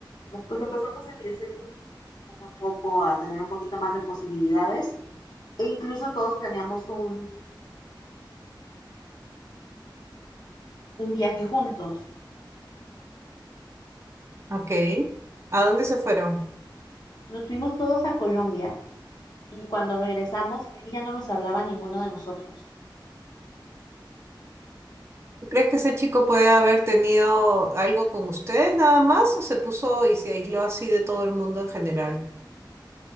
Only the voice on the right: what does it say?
Ok. ¿A dónde se fueron?
¿Tú crees que ese chico puede haber tenido algo con ustedes nada más o se puso y se aisló así de todo el mundo en general?